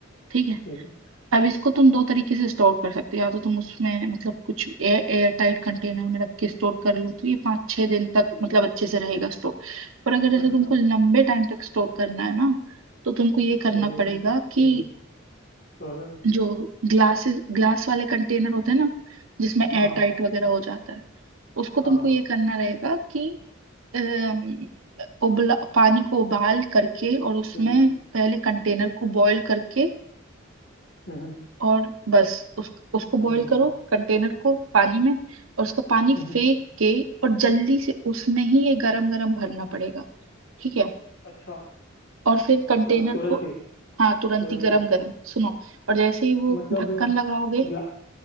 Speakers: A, on the right; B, on the left.
A: ठीक है
B: ठीक है
A: अब इसको तुम दो तरीके से स्टोर कर सकते हो या तो तुम उसमें मतलब कुछ एयर एयर टाइट कंटेनर में रख के स्टोर कर लो तो ये पाँच छः दिन
B: ठीक
A: तक मतलब
B: है
A: अच्छे से रहेगा स्टोर पर अगर जैसे
B: अच्छा
A: तुमको लंबे टाइम तक स्टोर करना है ना तो तुमको ये करना
B: तो
A: पड़ेगा
B: ठीक
A: कि
B: है फ्रोजन
A: जो ग्लासेस ग्लास वाले कंटेनर होते हैं ना जिसमें एयर
B: हाँ हाँ
A: टाइट वगैरह हो जाता है उसको तुमको
B: हाँ हाँ
A: ये करना रहेगा कि अम, उबला पानी को उबाल करके और उसमें
B: हम्म
A: पहले कंटेनर को बॉईल करके
B: हम्म हम्म,
A: और बस उस उसको
B: समझ
A: बॉईल
B: गया
A: करो कंटेनर को पानी में और उसका पानी
B: हम्म हम्म,
A: फेंक के और जल्दी से उसमें ही ये गरम गरम भरना पड़ेगा ठीक है
B: अच्छा
A: और फिर कंटेनर
B: अच्छा तुरंत
A: को
B: ही
A: हाँ
B: तुरंत
A: तुरंत ही गरम
B: ही
A: गरम सुनो और जैसे ही वो
B: मतलब
A: ढक्कन लगाओगे
B: ग्ला